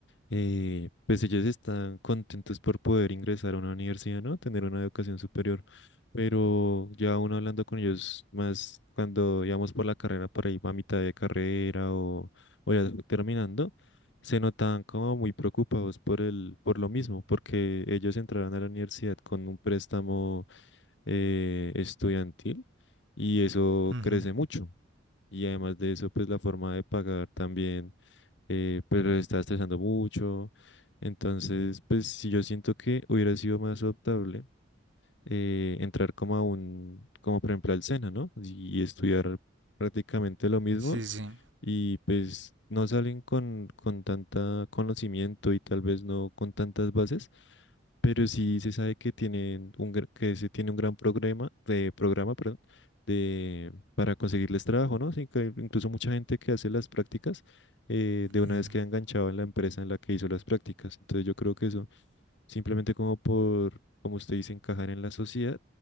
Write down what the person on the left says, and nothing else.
eh, pues ellos están contentos por poder ingresar a una universidad, ¿no? Tener una educación superior, pero ya uno hablando con ellos más cuando íbamos por la carrera, por ahí a mitad de carrera o, o ya terminando, se notaban como muy preocupados por el, por lo mismo, porque ellos entraron a la universidad con un préstamo eh, estudiantil y eso
crece mucho. Y además de eso, pues la forma de pagar también, eh, pues los está estresando mucho. Entonces, pues si yo siento que hubiera sido más adoptable eh, entrar como a un, como por ejemplo al SENA, ¿no? Y, y estudiar prácticamente lo mismo
y pues no salen con, con tanta conocimiento y tal vez no con tantas bases, pero sí se sabe que tienen un, gr- que se tiene un gran programa, de programa, perdón, de, para conseguirles trabajo, ¿no? Sí, que incluso mucha gente que hace las prácticas, eh, de una
vez queda enganchado en la empresa en la que hizo las prácticas. Entonces yo creo que eso simplemente como por, como usted dice, encajar en la sociedad,